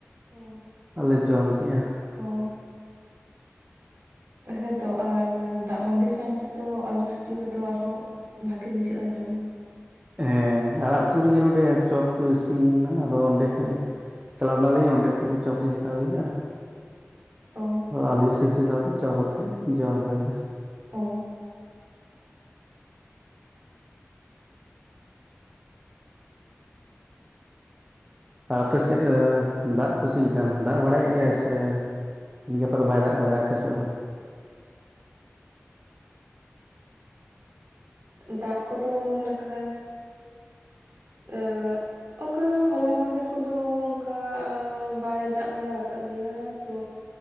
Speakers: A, on the right (about 60°); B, on the right (about 25°).
A: ᱚ
B: ᱟᱨᱞᱮ ᱡᱚᱢ ᱠᱮᱜᱼᱟ᱾
A: ᱚ ᱦᱮᱸᱛᱚ ᱟᱨ ᱫᱟᱜ ᱢᱟᱹᱰᱤ ᱥᱟᱶ ᱛᱮᱫᱚ ᱟᱞᱩ ᱥᱤᱯᱤ ᱠᱚᱫᱚ ᱟᱨᱦᱚᱸ ᱵᱷᱟᱜᱮ ᱵᱩᱡᱷᱟᱹᱜᱼᱟ ᱡᱚᱢ᱾
B: ᱦᱮᱸ ᱟᱨ ᱟᱹᱛᱩᱳ ᱨᱮᱜᱮ ᱱᱚᱸᱰᱮ ᱪᱚᱯ ᱠᱚ ᱤᱥᱤᱱᱟ ᱟᱫᱚ ᱚᱸᱰᱮ ᱠᱷᱚᱡ ᱪᱟᱞᱟᱣ ᱮᱱᱟ ᱱᱟᱞᱤᱧ ᱚᱸᱰᱮ ᱠᱷᱚᱱ ᱜᱮ ᱪᱚᱯ ᱞᱤᱧ ᱦᱟᱛᱟᱣ ᱟᱹᱜᱩ ᱠᱮᱜ-ᱟ
A: ᱚ
B: ᱟᱹᱞᱩ ᱥᱤᱯᱤ ᱥᱟᱶᱛᱮ ᱪᱚᱯ ᱟᱛᱮ ᱡᱚᱢ ᱦᱩᱭ ᱮᱱᱟ᱾
A: ᱚ
B: ᱟᱯᱮ ᱥᱮᱫ ᱫᱟᱜ ᱠᱚ ᱪᱮᱫ ᱞᱮᱠᱟ ᱫᱟᱜ ᱵᱟᱲᱟᱭᱮᱫ ᱜᱮᱭᱟ ᱥᱮ? ᱛᱮᱦᱤᱧ ᱜᱟᱯᱟ ᱫᱚ ᱵᱟᱭ ᱫᱟᱜ ᱟᱠᱟᱫᱟ ᱟᱯᱮᱥᱮᱫ ᱫᱚ?
A: ᱫᱟᱜ ᱠᱚᱫᱚ ᱱᱟᱠᱷᱟᱱ, <unintelligible> ᱚᱱᱠᱟ ᱦᱚᱞᱟ ᱢᱫᱮᱨ ᱠᱚᱫᱚ ᱚᱱᱠᱟ ᱵᱟᱭ ᱫᱟᱜ ᱵᱟᱲᱟ ᱟᱠᱟᱫ ᱜᱮᱭᱟ ᱛᱚ